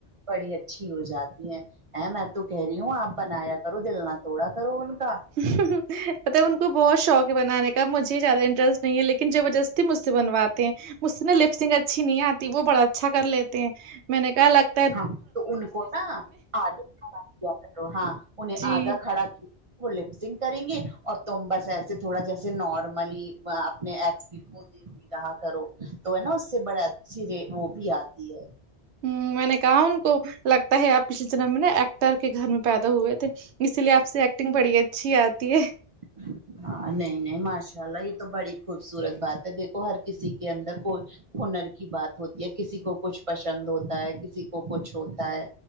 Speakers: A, on the right; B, on the right.
A: بڑی اچھی ہو جاتی ہیں اے میں تو کہہ رہی ہوں آپ بنایا کرو دل نہ توڑا کرو ان کا
B: مطلب ان کو بہت شوق ہے بنانے کب مجھے زیادہ انٹرسٹ نہیں ہے لیکن جبردستی مجھ سے بنواتے ہیں مجھ سے نا لپسنگ اچھی نہیں آتی وہ بڑا اچھا کر لیتے ہیں میں نے کہا لگ
A: ہاں تو ان کو نا آگے کھڑا کیا کرو ہاں انہیں
B: جی
A: آگا کھڑا ک وہ لپسنگ کریں گے اور تم بس ایسے تھوڑا جیسے نارملی اپنے ایچ کو رہا کرو تو ہے نا اس سے بڑے اچھی وے وہ بھی آتی ہے
B: ہوں میں نے کہا ان کو لگتا ہے آپ پچھلے جنم میں نہ ایکٹر کے گھر میں پیدا ہوئے تھے اسی لیے آپ سے ایکٹنگ بڑی اچھی آتی ہے
A: <inaudible> ہاں نہیں نہیں ماشاء اللہ یہ تو بڑی خوبصورت بات ہے دیکھو ہر کسی کے اندر کوئی ہنر کی بات ہوتی ہے کسی کو کچھ پسند ہوتا ہے کسی کو کچھ ہوتا ہے